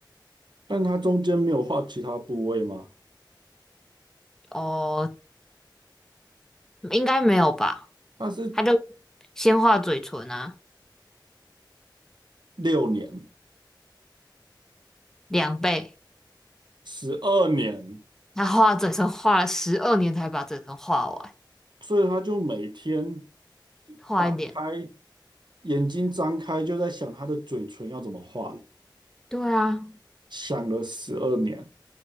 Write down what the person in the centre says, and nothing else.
哦，应该没有吧？
他就先画嘴唇啊，
两倍。
他画嘴唇画了十二年才把嘴唇画完，
画一点。
对啊，